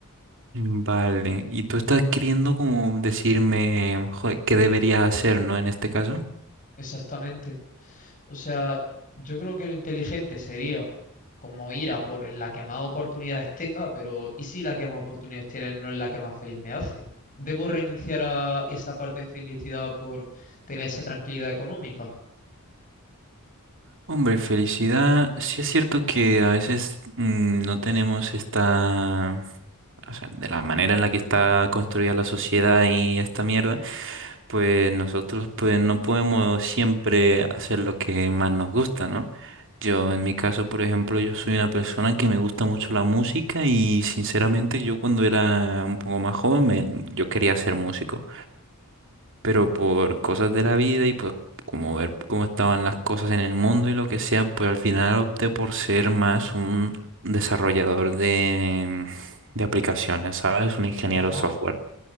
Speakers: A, on the right (about 60°); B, on the left (about 35°).
A: Vale, y tú estás queriendo como decirme, joder, qué debería hacer, ¿no? En este caso.
B: exactamente. O sea, yo creo que lo inteligente sería como ir a por la que más oportunidades tenga, pero ¿y si la que más oportunidades tiene no es la que más feliz me hace? ¿Debo renunciar a esa parte de felicidad por tener esa tranquilidad económica?
A: Hombre, felicidad. Sí es cierto que a veces mm, no tenemos esta, o sea, de la manera en la que está construida la sociedad y esta mierda, pues nosotros pues no podemos siempre hacer lo que más nos gusta, ¿no? Yo en mi caso, por ejemplo, yo soy una persona que me gusta mucho la música y sinceramente yo cuando era un poco más joven me- yo quería ser músico pero por cosas de la vida y pues como ver cómo estaban las cosas en el mundo y lo que sea, pues al final opté por ser más un desarrollador de, de aplicaciones, ¿sabes? Un ingeniero
B: Ajá,
A: software,